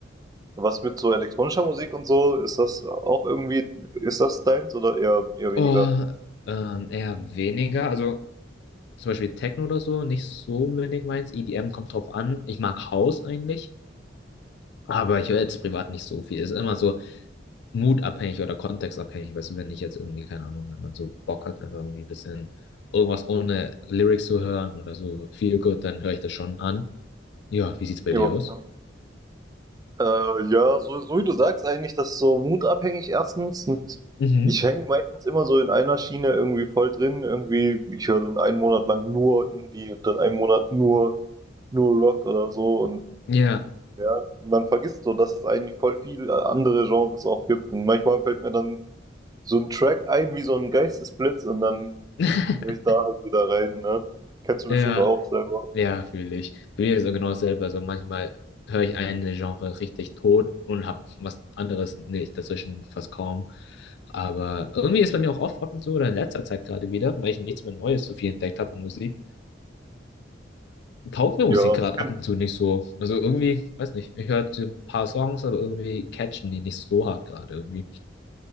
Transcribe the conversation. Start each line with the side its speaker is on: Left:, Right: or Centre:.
Right: Was mit so elektronischer Musik und so, ist das auch irgendwie, ist das deins oder eher, eher weniger?
Left: Oh, ähm, eher weniger. Also. zum Beispiel Techno oder so nicht so unbedingt meins. EDM kommt drauf an. Ich mag House eigentlich, aber ich höre jetzt privat nicht so viel. Ist immer so mutabhängig oder kontextabhängig. Weißt du, wenn ich jetzt irgendwie, keine Ahnung, wenn man so Bock hat, einfach irgendwie ein bisschen irgendwas ohne Lyrics zu hören oder so viel gut, dann höre ich das schon an. Ja, wie sieht's bei
Right: Ja.
Left: dir aus?
Right: Äh, ja, so, so wie du sagst, eigentlich, das ist so mutabhängig erstens. Und
Left: Mhm.
Right: ich hänge meistens immer so in einer Schiene irgendwie voll drin. Irgendwie, ich höre dann einen Monat lang nur Indie und dann einen Monat nur, nur Rock oder so. Und
Left: Ja.
Right: ja, man vergisst so, dass es eigentlich voll viel äh, andere Genres auch gibt. Und manchmal fällt mir dann so ein Track ein wie so ein Geistesblitz und dann
Left: <laughs>
Right: höre ich da halt wieder rein, ne? Kennst du bestimmt
Left: Ja,
Right: auch selber.
Left: ja, fühle ich. Bei mir ist es genau dasselbe. Also manchmal höre ich eine Genre richtig tot und habe was anderes nicht dazwischen fast kaum. Aber irgendwie ist bei mir auch oft ab und zu oder in letzter Zeit gerade wieder, weil ich nichts mehr Neues so viel entdeckt habe an Musik, taugt mir
Right: Ja,
Left: Musik gerade
Right: das kenn
Left: ab und zu nicht so. Also irgendwie, weiß nicht, ich höre so ein paar Songs, aber irgendwie catchen die nicht so hart gerade irgendwie.